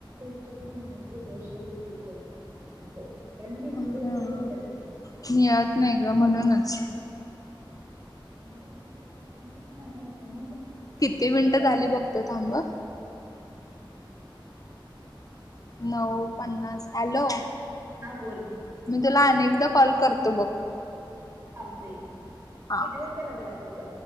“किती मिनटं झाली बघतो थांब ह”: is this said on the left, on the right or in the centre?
Left